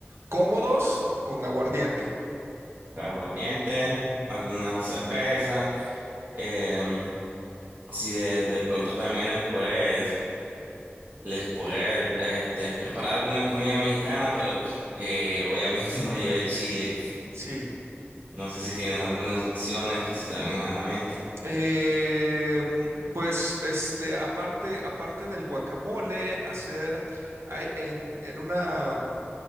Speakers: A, on the right (about 85°); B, on the right (about 50°).
A: cómodos con aguardiente.
B: Aguardiente, alguna cerveza, em, si de, de pronto también les puedes Les pude este, preparar alguna comida mexicana, pero que obviamente <laughs> no lleve chile.
A: Sí.
B: No sé si tienes algunas opciones que se te vengan a la mente.
A: Eh, mm, pues, este, aparte, aparte del guacamole, hacer, hay, en, en una, mm,